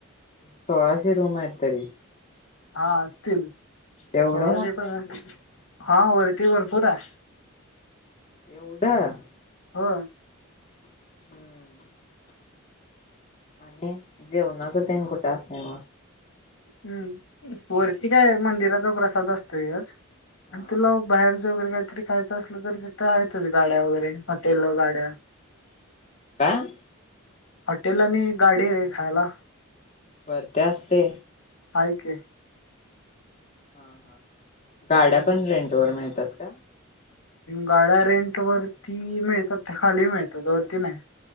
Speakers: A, on the left; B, on the left.
A: सोळाशे रूम आहे तरी.
B: हा असतील
A: एवढं
B: सोळाशे
A: मोठं
B: पण
A: आहे ते
B: हा वरती भरपूर आहे.
A: एवढं.
B: हो.
A: हम्म. आणि जेवणाचं तेन कुठं असत मग.
B: हम्म वरती काय मंदिराचा प्रसाद असतोयच
A: हा
B: आणि तुला बाहेर वगैरे काहीतरी खायचं असल तर तिथ आहेतच गाड्या वगैरे हॉटेला गाड्या.
A: काय?
B: हॉटेल आणि गाडी रे खायला.
A: परते असते.
B: हाय कि.
A: हा हा
B: हम्म
A: गाड्या पण रेंट वर मिळतात काय?
B: गाड्या रेंट वरती मिळतात खाली मिळतात त्या वरती नाही.